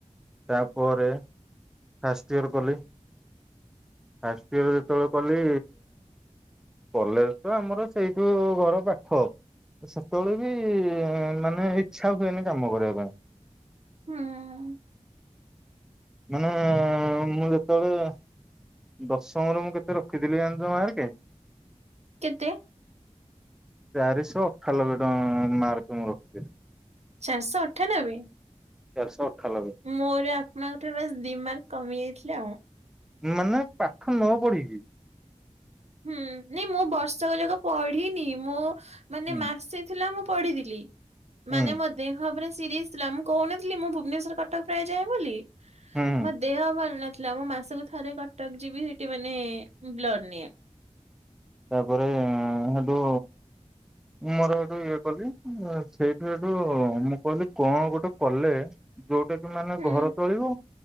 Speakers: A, in the centre; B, on the right (about 65°).
A: ତାପରେ ଫାଷ୍ଟ ଇୟର କଲି। ଫାଷ୍ଟ ୟାର୍ ଯେତେବେଳେ କଲି। କଲେଜ ତ ଆମର ସେଇଠୁ ଘର ପାଖ। ସେତେବେଳେ ବି ମାନେ ଇଚ୍ଛା ହୁଏନି କାମ କରିବା ପାଇଁ।
B: ହୁଁ
A: ମାନେ ମୁଁ ଯେତେବେଳେ ଦଶମରେ ମୁଁ କେତେ ରଖିଥିଲି ଜାଣିଛ ମାରକେ?
B: କେତେ?
A: ଚାରିଶ ଅଠାନବେ ଟଙ୍କା ମାର୍କ ମୁଁ ରଖିଥିଲି।
B: ଚାରିଶ ଅଠାନବେ?
A: ଚାରିଶ ଅଠାନବେ
B: ମୋର ଆପଣଙ୍କ ଠାରୁ ବାସ ଦି ମାର୍କ କମି ଯାଇଥିଲା ଆଉ।
A: ମାନେ ପାଠ ନ ପଢିକି?
B: ହୁଁ ନାଇଁ ମୁଁ ବର୍ଷକ ଯାକ ପଢିନି ମୁଁ ମାନେ
A: ହୁଁ
B: ମାସେ ଥିଲା ମୁଁ ପଢ଼ିଥିଲି
A: ହୁଁ
B: ମାନେ ମୋ ଦେହ ପୁରା ସିରିଏସ ଥିଲା ମୁଁ କହୁନଥିଲି ମୁଁ ଭୁବନେଶ୍ୱର କଟକ ପ୍ରାୟ ଯାଏ ବୋଲି।
A: ହୁଁ
B: ମୋ ଦେହ ଭଲ ନଥିଲା ମୋ ମାସକୁ ଥରେ କଟକ ଯିବି ସେଠି ମାନେ ବ୍ଲଡ଼ ନିଏ।
A: ତାପରେ ଅଁ ହେଟୁ ମୋର ହେଟୁ ଇଏ କଲି ସେଇଠୁ ଏଠୁ ମୁଁ କହିଲି କଣ ଗୋଟେ କଲେ ଯୋଉଟା କିି ମାନେ
B: ହୁଁ
A: ଘର ଚଳିବ